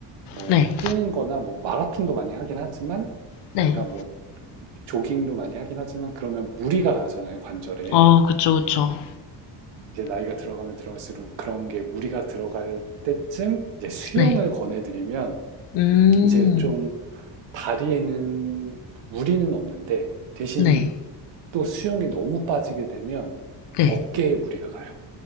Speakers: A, on the right; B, on the left.
A: 뭐
B: 네.
A: 뛰는 거나 뭐 마라톤도 많이 하긴 하지만
B: 네.
A: 그러니까 뭐 조깅도 많이 하긴 하지만 그러면 무리가 가잖아요, 관절에.
B: 아, 그쵸, 그쵸.
A: 이제 나이가 들어가면 들어갈수록 그런 게 무리가 들어갈 때쯤 이제 수영을
B: 네.
A: 권해드리면
B: 음,
A: 이제 좀 다리에는 무리는 없는데 대신
B: 네.
A: 또 수영이 너무 빠지게 되면
B: 네.
A: 어깨에 무리가 가요.